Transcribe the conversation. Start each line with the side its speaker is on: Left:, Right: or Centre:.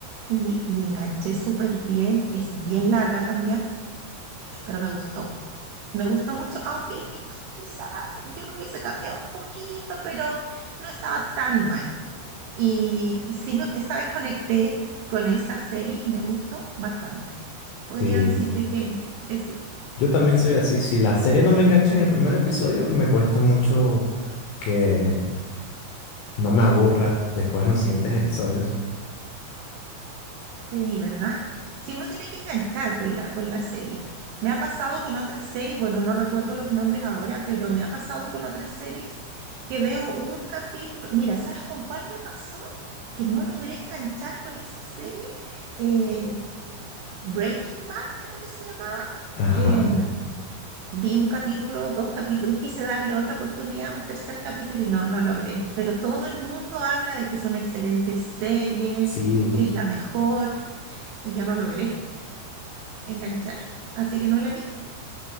Right: y, y enganché súper bien. Es bien larga también, pero me gustó. Me gustó mucho, aunque el final quizás yo lo hubiese cambiado un poquito, pero no estaba tan mal. Y, y sí, me- esta vez conecté con esa serie y me gustó bastante. Podría
Left: Sí,
Right: decirte que, que sí.
Left: yo también soy así. Si la serie no me engancha en el primer episodio, me cuesta mucho que no me aburra después en los siguientes episodios.
Right: Sí, ¿verdad? Si uno tiene que enganchar con la, con la serie. Me ha pasado con otras series, bueno, no recuerdo los nombres ahora, pero me ha pasado con otras series que veo un capítulo. Mira, ¿sabes con cuál me pasó? Que no logré enganchar con esa serie. Eh, Breaking Bad, creo que se llamaba.
Left: Ajá,
Right: Em, Vi un capítulo, dos capítulos, quise darle otra oportunidad un tercer capítulo y no, no logré. Pero todo el mundo habla de que es una excelente serie,
Left: sí,
Right: que es la mejor, y yo no logré enganchar. Así que no la vi.